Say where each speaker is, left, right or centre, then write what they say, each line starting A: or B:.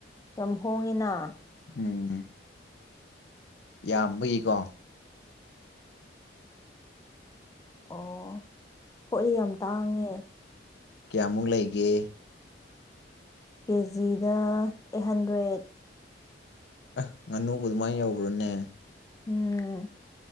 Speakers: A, on the left; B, on the left.
A: ꯌꯥꯝ ꯍꯣꯡꯉꯤꯅ
B: ꯎꯝ ꯌꯥꯝꯕꯒꯤꯀꯣ
A: ꯑꯣ ꯍꯣꯏ ꯌꯥꯝ ꯇꯥꯡꯉꯦ
B: ꯀꯌꯥꯃꯨꯛ ꯂꯩꯒꯦ
A: ꯀꯦꯖꯤꯗ ꯑꯩꯠ ꯍꯟꯗ꯭ꯔꯦꯠ
B: ꯑ ꯉꯥꯅꯨꯕ ꯑꯗꯨꯃꯥꯏꯅ ꯌꯧꯕ꯭ꯔꯣꯅꯦ
A: ꯎꯝ